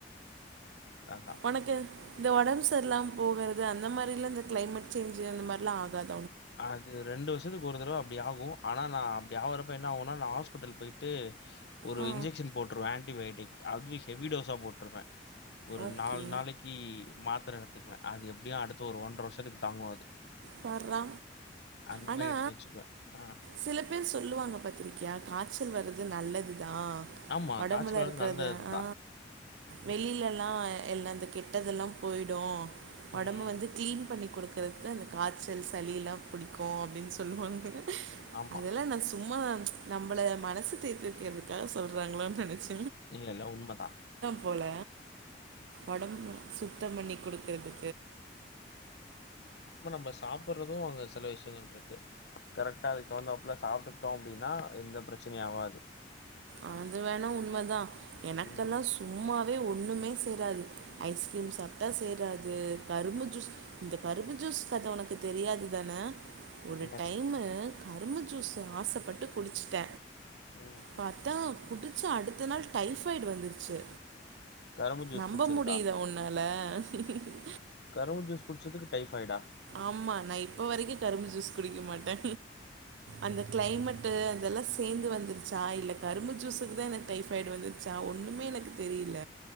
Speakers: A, on the left; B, on the right.
A: அதான்.
B: உனக்கு இந்த ஒடம்பு சரில்லாம போகுறது அந்த மாரில இந்த கிளைமேட் சேன்ஜ் அந்த மாரிலா ஆகாது
A: அது ரெண்டு வருஷத்துக்கு ஒரு தடவ அப்டி ஆகும் ஆனா நா அப்டி அவுரப்ப என்ன ஆகுனா நா ஹாஸ்பிட்டல் போயிட்டு ஒரு
B: ஆ
A: இன்ஜெக்ஷன் போட்டுருவன் ஆன்டிபயாட்டிக் அதுவும் ஹெவி டோஸ் அ போட்டுருவேன் <unintelligible> ஒரு
B: ஓகே
A: நாலு நாளைக்கி மாத்திர எடத்துக்குங்க அது எப்டியும் அடுத்த ஒரு ஒன்ற வருஷத்துக்கு தாங்கும் அது
B: பார்ரா
A: அந்த
B: ஆனா
A: மாரி எடுத்து வச்சுக்குவேன். ஆ.
B: சில பேர் சொல்லுவாங்க பாத்திருக்கியா காய்ச்சல் வர்ரது நல்லது அ
A: ஆமா.
B: ஒடம்புல
A: காய்ச்சல் வர்றது
B: இருக்குறத
A: நல்லது
B: ஆ
A: தான்.
B: வெளிலல்லா எல்லா கெட்டது எல்லா போய்டும் ஒடம்பு
A: ம்.
B: வந்து கிளீன் பண்ணி குடுக் இருக்கிறதுதானே காச்சல் சலியில்லா புடிக்கு அப்டின் சொல்லுவாங்க
A: ஆமா.
B: அதெல்லா நா சும் மா நம்பள மனசு தேத்திருக்குறதுக்காக சொல்றாங்களோன் நெனச்சு
A: இல்ல இல்ல உண்மதா
B: போல ஒடம்பு சுத்தம் பண்ணி குடுக்குறது
A: இல்ல சாப்புறது அங்க சில விஷ்யங்கள் இருக்கு கரெக்டா அதுக்கு தகுந்தாப்புல சாப்டுட்டோ அப்டின்னா எந்த பிரச்சனையு ஆவாது
B: அது வேணா உண்மதா எனக்கெல்லா
A: ம்.
B: சும்மாவே ஒன் னுமே சேராது ஐஸ்கிரீம் சாப்டா சேராது கரும்பு ஜூஸ் இந்த கரும்பு ஜூஸ் கத உனக்கு தெரியாதுதான ஒரு
A: என்னாச்சு?
B: டைமு கரும்பு ஜூஸ் ஆசப்பட்டு குடுச்சுட்ட
A: ம்
B: பாத்தா குடுச்ச அடுத்த நாள் டைஃபாய்டு வந்துடுச்சு
A: கரும்பு ஜூஸ்
B: நம்ப
A: குடிச்சதுக்கா?
B: முடியுதா உன்னால ஹா ஹி ஹி ஹு
A: கரும்பு ஜூஸ் குடுச்சதுக்கு டைஃபாயிடா
B: ஆமா நா இப்ப வரைக்கு கரும்பு ஜூஸ் குடிக்க மாட்ட அந்த கிளைமேட்டு அதெல்லா சேந்து வந்துருச்சா இல்ல கரும்பு ஜூஸுக்குதா எனக்கு டைஃபாய்டு வந்துருச்சா ஒண்ணுமே எனக்கு தெரியில